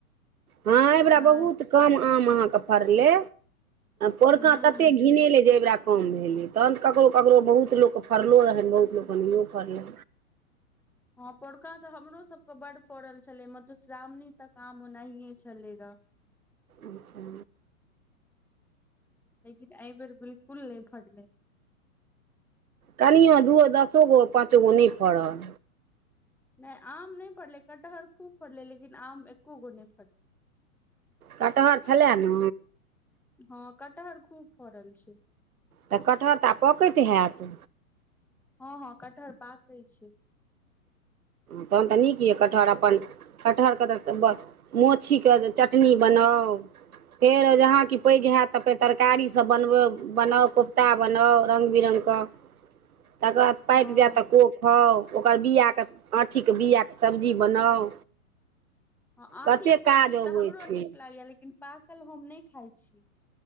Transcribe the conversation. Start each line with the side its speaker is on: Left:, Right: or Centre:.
Right: हँ एहिबेरा
Centre: नहि
Right: बहुत कम आम अहाँके फड़लै पोरका
Centre: हूँ
Right: तते घिने लै जेबरा कम भेलै तहन ककरो ककरो बहुत लोकके फड़लो रहनि बहुत लोकके नहियो फड़लै
Centre: हँ पोड़का तऽ हमरो सबके बड फड़ल छलै मधुश्रावणी तक आम ओनाहिए छलै र
Right: अच्छा
Centre: लेकिन एहिइ बेर बिल्कुल नहि फड़ल
Right: कनिओ दूओ दसो गो पाँचो गो नहि फड़ल
Centre: नहि आम नहि फड़लै कटहर खूब फड़लै लेकिन आम एको गो नहि फड़लै
Right: कटहर छलै ने
Centre: हँ कटहर खूब फरल छै
Right: तऽ कटहर त आब पकैत हैत
Centre: हँ हँ कटहर पाकै छै
Right: तहन तऽ नीक यए कटहर अपन कटहरके तऽ बस माछीके जे चटनी बनाउ फेर जहाँ कि पैघ होयत तऽ फेर तरकारीसभ बनबै बनाउ कोफ्ता बनाउ रङ्ग बिरङ्गके तकर बाद
Centre: हँ
Right: पाकि जायत तऽ को खाउ ओकर बआके आँठीके बआके सब्जी बनाउ
Centre: हँ आँटीे
Right: कतेक
Centre: सब्जी
Right: काज अबै
Centre: तऽ हमरो
Right: छै
Centre: नीक लागैया लेकिन पाकल हम नहि खाइत छी